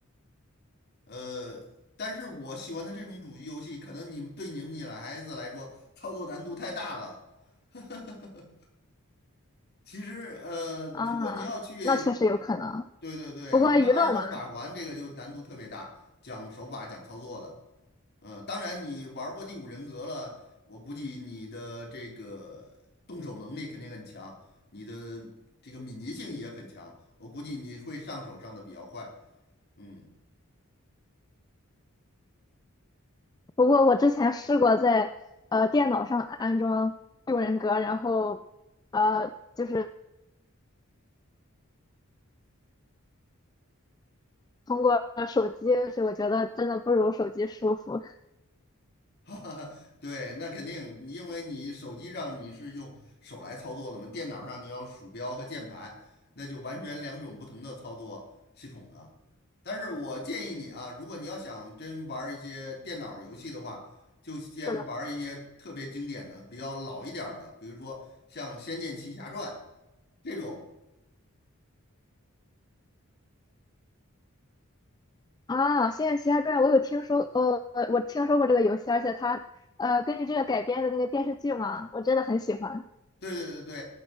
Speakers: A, on the left (about 50°); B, on the left (about 20°).
A: 呃，但是我喜欢的这种主机游戏，可能你们对你们女孩子来说操作难度太大了。<laughs> 其实，呃，如果你要去，
B: 啊，那确实有可能。
A: 对对对，
B: 不过娱乐嘛，
A: 你像《艾尔登法环》这个就难度特别大，讲手法、讲操作的。嗯，当然你玩儿过《第五人格》了，我估计你的这个动手能力肯定很强，你的这个敏捷性也很强，我估计你会上手上的比较快。嗯，
B: 不过我之前试过在呃电脑上安装六人格，然后呃就是通过手机，是我觉得真的不如手机舒服。
A: <laughs> 哈哈，哈，对，那肯定，因为你手机上你是用手来操作的嘛，电脑上你要鼠标和键盘，那就完全两种不同的操作系统了。但是我建议你啊，如果你要想真玩儿一些电脑游戏的话，就先玩儿一些特别经典的、
B: 是的
A: 比较老一点儿的，比如说像《仙剑奇侠传》这种，
B: 啊，《仙剑奇侠传》我有听说，呃，我听说过这个游戏，而且它呃根据这个改编的那个电视剧嘛，我真的很喜欢。
A: 对对对对，